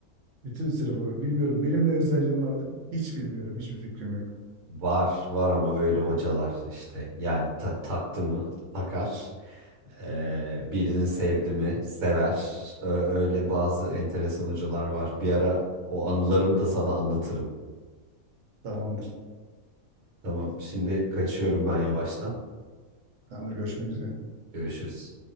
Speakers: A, on the right; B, on the right.
A: Bütün sınıfı bilmiyorum. Benim ne özelliğim vardı? Hiç bilmiyorum. Hiçbir fikrim yok.
B: var var ama öyle hocalar işte yani ta- taktı mı takar. Ee, birini sevdi mi sever. Ö- öyle bazı enteresan hocalar var. Bir ara o anılarımı da sana anlatırım.
A: Tamamdır.
B: Tamam, şimdi kaçıyorum ben yavaştan.
A: Tamamdır. Görüşmek üzere.
B: Görüşürüz.